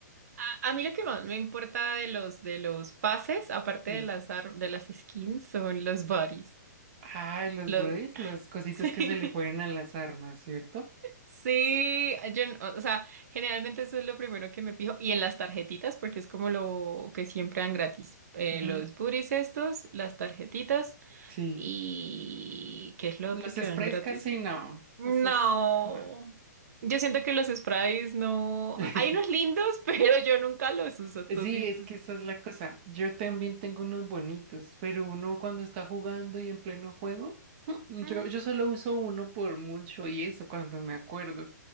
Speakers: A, on the right; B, on the right.
A: a, a mí lo que más me importa de los de los pases, aparte
B: Y,
A: de las ar- de las skins, son los bodies.
B: ay, los
A: Los
B: bodies, los cositos
A: <laughs>
B: que
A: Sí.
B: se le ponen a las armas, ¿cierto?
A: Sí, yo, no- o sea, generalmente eso es lo primero que me fijo y en las tarjetitas porque es como lo que siempre dan gratis. Eh,
B: Ujú,
A: los booties estos, las tarjetitas
B: sí.
A: y ¿qué es lo
B: Los
A: otro que
B: sprays
A: dan gratis?
B: casi no,
A: No.
B: esos no.
A: Yo siento que los sprays no.
B: <laughs>
A: Hay unos lindos, <laughs> pero yo nunca los uso.
B: Sí,
A: ¿Tú has visto?
B: es que esa es la cosa. Yo también tengo unos bonitos, pero uno cuando está jugando y en pleno juego, mm,
A: Mm,
B: yo, yo solo uso uno por mucho y eso cuando me acuerdo.